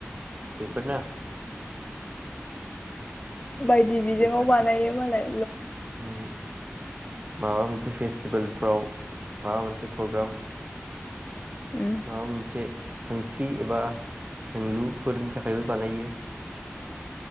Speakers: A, on the right; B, on the left.
A: बेफोर ना
B: बायदि बिजोंङाव
A: बेफोर
B: बानायो मालाय
A: उम। माबा मोनसे फेस्टिभेलफ्राव माबा मोनसे प्रग्राम।
B: उम
A: माबा मोनसे सोंथि एबा सोंलुफोरनि थाखायबो बानायो